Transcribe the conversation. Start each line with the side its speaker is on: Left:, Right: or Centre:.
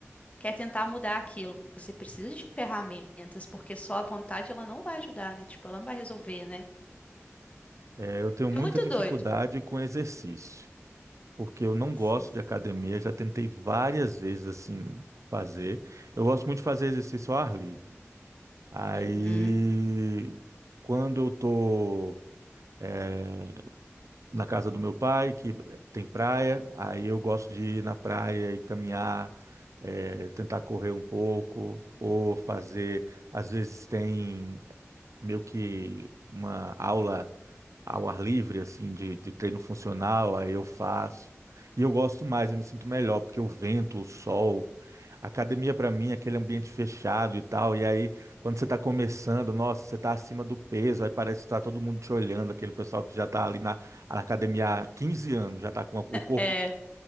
Left: quer tentar mudar aquilo. Você precisa de ferramentas, porque só a vontade ela não vai ajudar, né? Tipo, ela não vai resolver, né?
Right: É, eu tenho
Left: É
Right: muita
Left: muito
Right: dificuldade
Left: doido.
Right: com exercício. porque eu não gosto
Left: Sim.
Right: de academia, já tentei várias vezes assim fazer. Eu gosto muito de fazer exercício ao ar livre. Aí,
Left: Uhum.
Right: quando eu tô é, na casa do meu pai, que tem praia, aí eu gosto de ir na praia e caminhar, é, tentar correr um pouco, ou fazer, às vezes tem meio que uma aula ao ar livre, assim, de, de treino funcional, aí eu faço. E eu gosto mais, eu me sinto melhor, porque o vento, o sol, a academia para mim, é aquele ambiente fechado e tal, e aí quando você está começando, nossa, você está acima do peso, aí parece que está todo mundo te olhando, aquele pessoal que já está ali na, na academia há 15 anos, já está com a- o corpo
Left: É,